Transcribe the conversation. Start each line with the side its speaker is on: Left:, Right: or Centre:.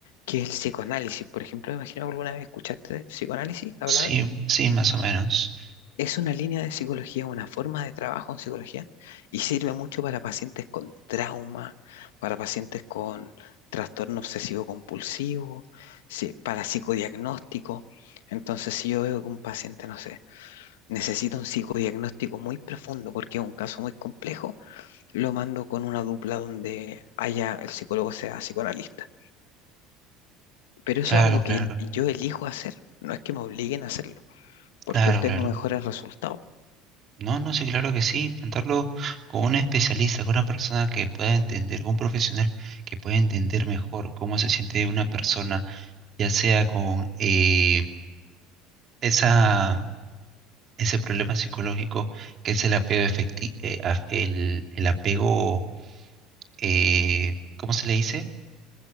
Left: que es el psicoanálisis. Por ejemplo, me imagino que alguna vez escuchaste de psicoanálisis, la
Right: Sí,
Left: palabra.
Right: sí, más o menos.
Left: Es una línea de psicología, una forma de trabajo en psicología y sirve mucho para pacientes con trauma, para pacientes con trastorno obsesivo compulsivo, si- para psicodiagnóstico. Entonces, si yo veo que un paciente, no sé, necesita un psicodiagnóstico muy profundo porque es un caso muy complejo, lo mando con una dupla donde haya el psicólogo sea psicoanalista. Pero eso
Right: Claro,
Left: es algo
Right: claro,
Left: que el- yo elijo hacer, no es que me obliguen a hacerlo, porque
Right: claro,
Left: obtengo
Right: claro.
Left: mejores resultados.
Right: No, no, sí, claro que sí, plantarlo con un especialista, con una persona que pueda entender, con un profesional que pueda entender mejor cómo se siente una persona, ya sea con eh, esa, ese problema psicológico que es el apego efectivo, el, el apego, eh, ¿cómo se le dice?